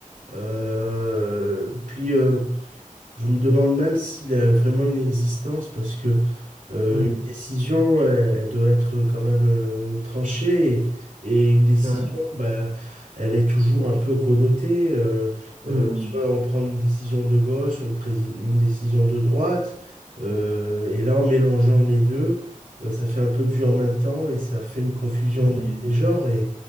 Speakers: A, on the right; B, on the right.
A: Euh, puis, euh, je me demande même s'il a vraiment une existence parce que euh,
B: hmm
A: une décision, elle, elle doit être quand même euh, tranchée et, et une décision,
B: ouais,
A: ben, elle est toujours un peu connotée. euh,
B: hmm
A: euh, soit on prend une décision de gauche ou une, prési- une décision de droite. euh, et là, en mélangeant les deux, euh, ça fait un peu du en même temps et ça fait une confusion
B: hmm
A: des, des genres.